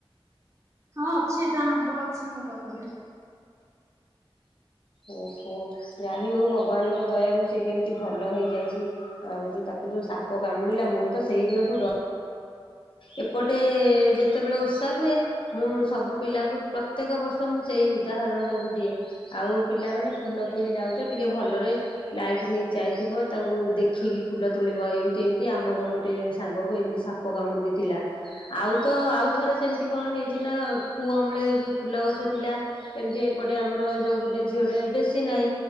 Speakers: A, on the right (about 30°); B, on the left (about 65°).
A: ହଁ ଅଛି ତା ନମ୍ବର ଅଛି ମୋ ପାଖରେ।
B: ଓହୋ ଯାଇ ହୋଉ ଭଗବାନଙ୍କ ଦୟାରୁ ସେ କେମିତି ଭଲ ହେଇଯାଇଚି। ଆଉ ଯୋଉ ତାକୁ ଯୋଉ ସାପ କାମୁଡିଲା ମୁଁ ତ ସେଇ ଦିନଠୁ ଡ ଏପଟେ ଯେତେବେଳେ ଓଷା ହୁଏ ମୁଁ ସବୁ ପିଲାଙ୍କୁ ପ୍ରତ୍ୟେକ ବର୍ଷ ମୁଁ ସେଇ ଉଦାହରଣ ତାଙ୍କୁ ଦିଏ। ଆଉ ପିଲାମାନେ ଫୁଲ ତୋଳି ଯାଉଚ ଟିକେ ଭଲରେ ଲାଇଟ ନେଇକି ଯାଇଥିବ ତାଙ୍କୁ ଦେଖିକି ଫୁଲ ତୋଳିବ ଏମିତି ଏମତି ଆମର ଗୋଟେ ସାଙ୍ଗକୁ ଏମିତି ସାପ ପକାମୁଡ଼ି ଦେଇଥିଲା। ଆଉ ତ ଆଉ ଥରେ ସେମିତି କଣ ହେଇଚି ନା କୂଅମୂଳେ ଯୋଉ ଫୁଲ ଗଛ ଥିଲା। ଏମିତି ଏପଟେ ଆମର ଯଉ ଗୋଟେ ଝିଅ ଟେ ବେଶୀ ନାଇଁ